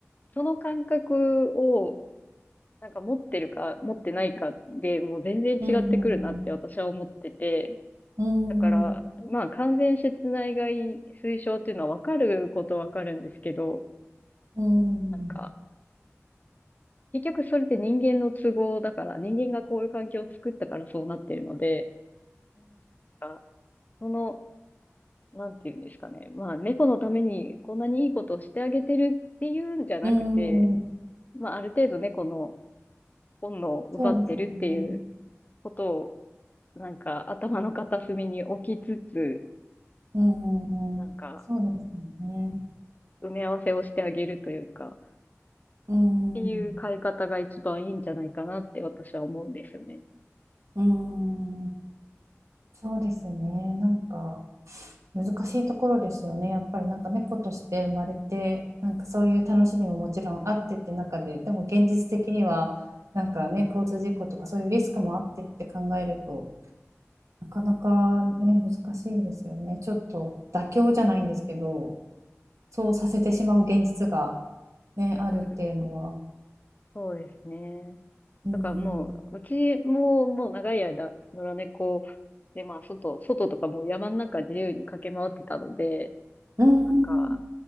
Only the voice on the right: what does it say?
うんうん
うん。
うん。
そうですよね。
うんうんうん。
そうですよね。
うん。
うん。そうですね。なんか。難しいところですよね。やっぱりなんか猫として生まれて、なんかそういう楽しみももちろんあってって中で、でも現実的には、なんかね、交通事故とかそういうリスクもあってって考えると、なかなかね、難しいですよね。ちょっと妥協じゃないんですけど、そうさせてしまう現実がね、
あるっていうのは。
うん
うん。
うんうん。